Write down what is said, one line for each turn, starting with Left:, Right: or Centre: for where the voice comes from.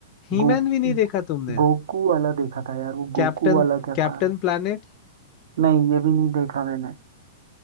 Left: हीमैन
Right: गो
Left: भी नहीं देखा तुमने
Right: गोकू वाला देखा था यार वो
Left: Captain
Right: गोकू वाला क्या
Left: Captain
Right: था
Left: Planet
Right: नहीं ये भी नहीं देखा मैंने